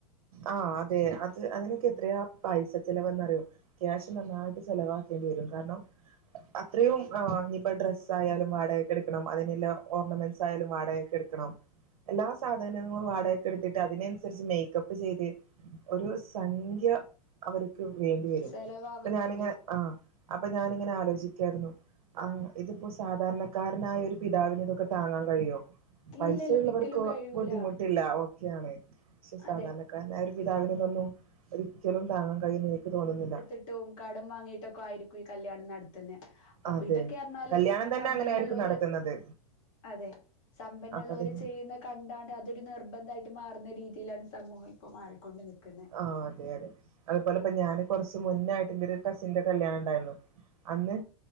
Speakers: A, on the right; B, on the left.
A: ആഹ് അതെ അത് അതിനൊക്കെ എത്രയാ പൈസ ചെലവെന്നറിയോ ക്യാഷ് നന്നായിട്ട് ചെലവാക്കേണ്ടി വരും കാരണം അത്രയും ആഹ് ഇനിയിപ്പോ ഡ്രസ്സയാലും വാടകക്കെടുക്കണം അതിനില്ല ഓർണമെന്റ്സായാലും വാടക എടുക്കണം എല്ലാ സാധനങ്ങളും വാടകക്കെടുത്തിട്ട് അതിനനുസരിച്ച് മേക്കപ്പ് ചെയ്ത് ഒരു സംഖ്യ അവര്ക്ക് വേണ്ടിവരും
B: ചെലവാവുന്നുണ്ട്.
A: ഇപ്പൊ ഞാനിങ്ങനെ ആഹ് അപ്പൊ ഞാനിങ്ങനെ ആലോചിക്കായിരുന്നു ആഹ് ഇതിപ്പോ സാധാരണക്കാരനായ ഒരു പിതാവിനിതൊക്കെ താങ്ങാൻ കഴിയോ? പൈസ
B: ഇല്ലല്ല
A: ഇള്ളവർക്ക്
B: ഒരിക്കലും കഴിയൂല
A: ബുദ്ധിമുട്ടില്ല ഓക്കെയാണ്. പക്ഷെ
B: അതെ
A: സാധാരണ ക്കാരനായ ഒരു പിതാവിനിതൊന്നും ഒരിക്കലും താങ്ങാൻ കഴിയുംന്ന് എനിക്ക് തോന്നുന്നില്ല
B: ട്ടും കടം വാങ്ങിയിട്ടൊക്കെ ആയിരിക്കും ഈ കല്യാണം നടത്ത്ന്നെ അപ്പൊ
A: അതെ
B: ഇതൊക്കെർഞ്ഞാല്
A: കല്യാണം തന്നെ
B: സമ്പന്നള്ളോല്
A: അങ്ങനെ ആയിരിക്കും നടത്തുന്നത്
B: അതെ. സമ്പന്നള്ളോര്
A: അപ്പൊ അതിന്
B: ചെയ്യുന്ന കണ്ടാണ്ട് അതൊരു നിർബന്ധായിട്ട് മാറുന്ന രീതിയിലാണ് സമൂഹം ഇപ്പോ മാറിക്കൊണ്ട് നിക്കുന്നെ.
A: ആഹ് അതെ അതെ. അതുപോലെപ്പം ഞാന് കുറച്ച് മുന്നായിട്ട് എന്റെ ഒരു കസിന്റെ കല്യാണംണ്ടായ്രുന്നു. അന്ന്